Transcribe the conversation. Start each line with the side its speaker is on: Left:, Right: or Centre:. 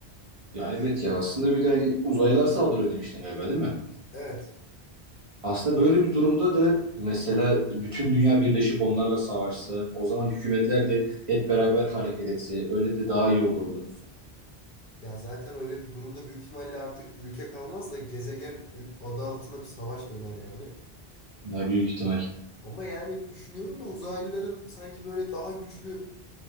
Right: Ya evet ya aslında bir de hani uzaylılar saldırıyor demiştin galiba değil mi?
Left: Evet.
Right: Aslında böyle bir durumda da mesela bütün dünya birleşip onlarla savaşsa, o zaman hükümetler de hep beraber hareket etse öyle de daha iyi olurdu.
Left: Ya zaten öyle bir durumda büyük ihtimalle artık ülke kalmaz da gezegen adı altında bir savaş döner yani.
Right: Ya büyük ihtimal.
Left: Ama yani düşünüyorum da uzaylıların sanki böyle daha güçlü